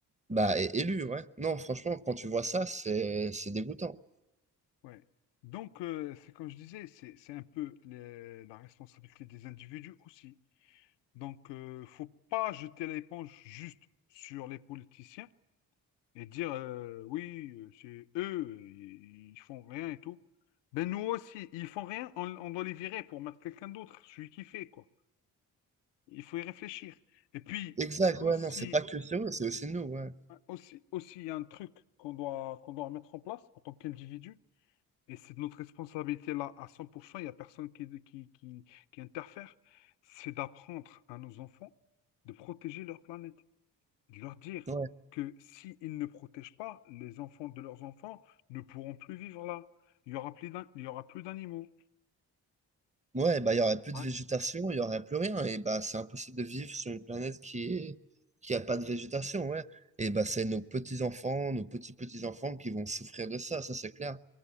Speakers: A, on the right; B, on the left.
A: bah,
B: mm.
A: est élu, ouais. Non, franchement, quand tu vois ça, c'est c'est dégoûtant.
B: Ouais. Donc, euh, c'est comme je disais, c'est c'est un peu les- la responsabilité des individus aussi. Donc, euh, faut pas jeter l'éponge juste sur les politiciens. et dire euh, oui, euh, c'est eux, ils, ils font rien et tout. Ben nous aussi, ils font rien, on, on doit les virer pour mettre quelqu'un d'autre, celui qui fait, quoi. Il faut y réfléchir. Et puis
A: Exact,
B: euh, aussi,
A: ouais, non, c'est pas que eux, c'est aussi nous, ouais.
B: euh, aussi, aussi, il y a un truc qu'on doit, qu'on doit mettre en place en tant qu'individu, et c'est de notre responsabilité là à 100%, il n'y a personne qui, qui, qui, qui interfère, c'est d'apprendre à nos enfants de protéger leur planète. de leur dire
A: Ouais,
B: que s'ils ne protègent pas, les enfants de leurs enfants ne pourront plus vivre là. Il y aura plus d'an- il y aura plus d'animaux.
A: ouais, bah, il y aurait plus
B: Ouais,
A: de végétation, il y aurait plus rien. Et bah, c'est impossible de vivre sur une planète qui est, qui a pas de végétation, ouais. Et bah, c'est nos petits-enfants, nos petits-petits-enfants qui vont souffrir de ça, ça c'est clair.